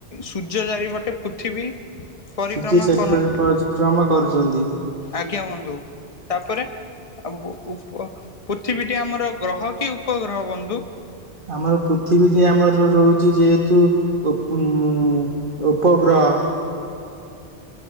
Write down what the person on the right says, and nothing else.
ସୂର୍ଯ୍ୟ ଚାରିପଟେ
ପରିକ୍ରମା କରୁଛନ୍ତି,
ଆମର ପୃଥିବୀଟି ଆମର ରହୁଛି ଯେହେତୁ ଉପ ଉମ ଉପଗ୍ରହ।